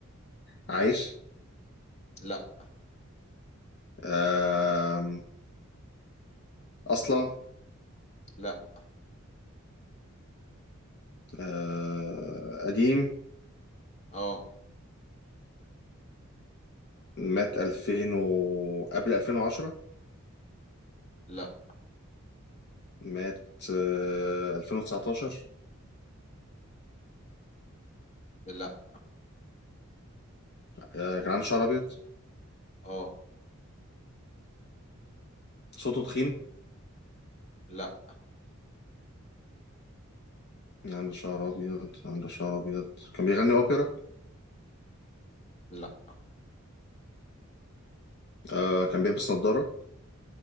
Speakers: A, on the left (about 50°); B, on the left (about 30°).
A: عايش
B: لا
A: آم، اصلع
B: لا
A: آه، قديم
B: اه
A: مات 2000 و... قبل 2010
B: لا
A: مات آه، 2019
B: لا
A: آه، كان عنده شعر ابيض
B: اه
A: صوته تخين
B: لا
A: كان عنده شعر ابيض كان عنده شعر ابيض كان بيغني اوبرا
B: لا
A: آه، كان بيلبس نظارة